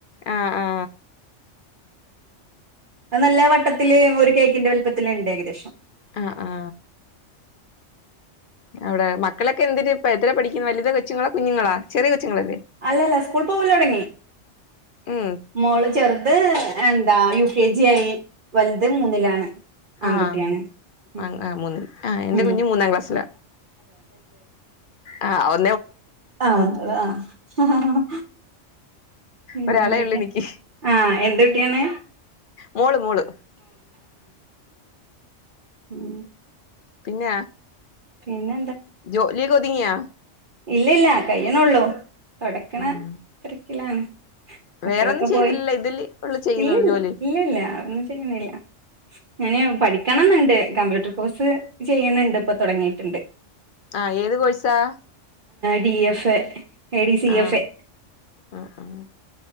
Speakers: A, on the left; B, on the right.
A: ആ ആ
B: നല്ല വട്ടത്തില് ഒരു കേക്കിന്റെ വലിപ്പത്തില് ഉണ്ട് ഏകദേശം
A: അ ആ അവിടെ മക്കളൊക്കെ എന്തിര് ഇപ്പ എത്ര പഠിക്കുന്നു വലുത കൊച്ചുങ്ങളാ കുഞ്ഞുങ്ങളാ ചെറിയ കൊച്ചുങ്ങളല്ലേ
B: അല്ലല്ല സ്കൂൾ പോവല് തുടങ്ങി
A: ഉം
B: മോള് ചെറുത് യൂ കെ ജി ആയി വല്ത് മൂന്നിലാണ് ആൺകുട്ടിയാണ്
A: ആഹ്
B: ഉം
A: ആ മൂന്നിൽ ആ എന്റെ കുഞ്ഞ്
B: ഉം
A: മൂന്നാം ക്ലാസ്സില ആ ഒ
B: അ ആ ഹ ഹ ഹ പിന്നെന്തൊക്കെ
A: ഒരാളെ ഉള്ളു എനിക്ക്
B: ആഹ് എന്റെ ങ്ങനെ
A: മോള് മോള്
B: ഉം
A: പിന്ന
B: പിന്നെ
A: ജോലി ഒക്കെ ഒതുങ്ങിയ
B: ഇല്ലില്ല കയ്യിനെ ഉള്ളു തുടക്കണ
A: ഉം
B: തിരക്കിലാണ് മക്കളൊക്കെ
A: വേറൊന്നും ചെയ്യുന്നില്ല
B: പോയി
A: ഇതില് ഉള്ളു ചെയ്യുന്നുള്ളു
B: ഇല്ലില്ല
A: ജോലി
B: ഒന്നും ചെയ്യണില്ല ഞാന് പഠിക്കണം ന്നുണ്ട് കമ്പ്യൂട്ടർ കോഴ്സ് ചെയ്യുന്നുണ്ട് ഇപ്പ തുടങ്ങി ട്ടുണ്ട്
A: ആഹ് ഏത് കോഴ്സാ
B: D F A A D C
A: ആ
B: എഫ് എ
A: ആ ആ